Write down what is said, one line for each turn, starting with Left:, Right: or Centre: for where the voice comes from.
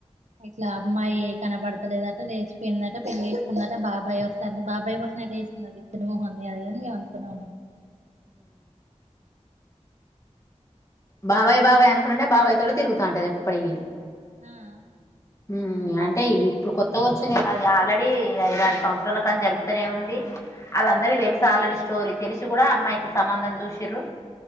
Right: ఇట్లా అమ్మాయి కనబడతలేదట లేచిపోయిందట పెళ్ళి వేసుకుందట బాబాయ్ వస్తంది బాబాయ్ వస్తు వసుకుా బిచ్చినమోహంది అ అనుకున్నా
Left: బాబాయి బాబాయ్ అకుంటనే బాబాయి తోటీ తరుగుతాంటది ఎప్పటికీ
Right: ఆ
Left: ఉమ్ అంటే ఇవి ఇప్పుడు కొత్త కొచ్చింది కాదు అది ఆల్రెడీ ఐదారు సంవత్సరాల కానుంచి జరుగుతనే ఉంది వాళ్ళందరికి తెలుసు ఆల్రెడీ స్టోరీ తెలిసి కూడా అమ్మాయికి సంబంధం చూశిన్రు